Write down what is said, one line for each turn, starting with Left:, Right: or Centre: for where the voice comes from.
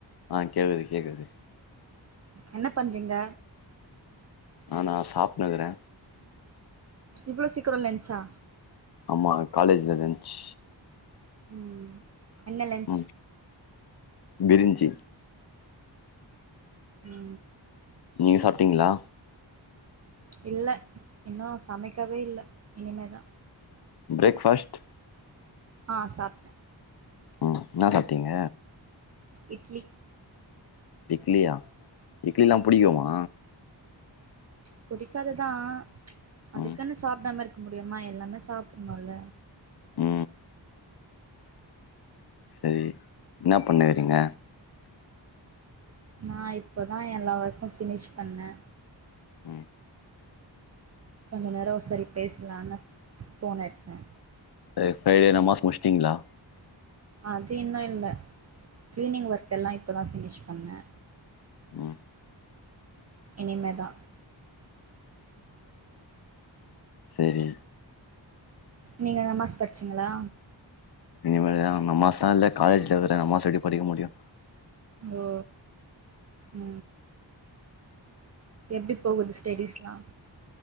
Left: ஆ கேக்குது கேக்குது
Right: என்ன பண்றீங்க
Left: நா நா சாப்ட்னுக்குறே
Right: இவ்வள சீக்கரோ லன்சா
Left: ஆமா காலேஜ்ல லன்ச்
Right: உ உ என்ன லஞ்ச்
Left: ம் பிரிஞ்சி
Right: உ உ
Left: நீங்க சாப்ட்டிங்களா
Right: இல்ல இன்னு சமைக்கவே இல்ல இனிமேதா
Left: ப்ரேக்ஃபாஸ்ட்
Right: ஆ சாப்ட்டே
Left: உ என்ன சாப்ட்டிங்க
Right: இட்லி
Left: டிட்லியா இட்லிலா பிடிக்குமா
Right: பிடிக்காதுதா அதுக்குனு
Left: ம்
Right: சாப்டாம இருக் முடியுமா எல்லாமே சாப்பிட்ணுல
Left: உ செரி என்ன பண்ணுக்றீங்க
Right: நா இப்பதா எல்லா ஒர்க்கு ஃபினிஷ் பண்ணே
Left: உ
Right: கொஞ்ச நேரோ சரி பேசலானு ஃபோன எடுதே
Left: அ ஃப்ரைடே நமாஸ் முடிச்சிட்டிங்களா
Right: அது இன்னு இல்ல க்ளினிங்ஒர்க்எல்லா இப்பதா ஃபினிஷ் பண்ணே
Left: உ
Right: இனிமேதா
Left: செரி
Right: நீங்க நமாஸ் படிச்சீங்களா
Left: இனிமேல்தா நமாசா இல்ல காலேஜ்ல இருக்கற நமாஸ் எப்டி படிக்க முடியு
Right: ஓ உ எப்டி போகுது ஸ்டெடிஸ்லா